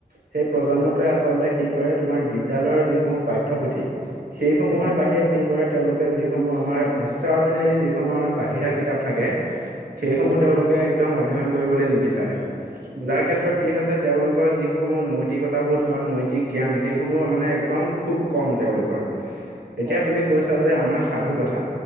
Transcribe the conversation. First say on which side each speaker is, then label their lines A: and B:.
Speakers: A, on the right (about 75°); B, on the right (about 35°).
A: সেই প্ৰজন্মটোৱে
B: হয়
A: আচলতে কি কৰে তোমাৰ বিদ্যালয়ৰ যিসমূহ পাঠ্যপুথি সেইসমূহৰ
B: হয়
A: বাহিৰে- কি কৰে তেওঁলোকে যিসমূহ আমাৰ এক্সট্ৰা অৰ্ডিনেৰী যিসমূহ আমাৰ বাহিৰা কিতাপ থাকে। সেইসমূহ
B: হয়
A: তেওঁলোকে একদম অধ্যয়ন কৰিবলৈ নিবিচাৰে
B: নিবিচাৰে
A: যাৰ ক্ষেত্ৰত
B: নিবিচাৰে
A: কি হৈছে তেওঁলোকৰ যিসমূহ নৈতিকতাবোধ বা নৈতিক জ্ঞান সেইসমূহো মানে একদম খুব কম তেওঁলোকৰ।
B: <inaudible>
A: এতিয়া তুমি কৈছা যে আমাৰ সাধু কথা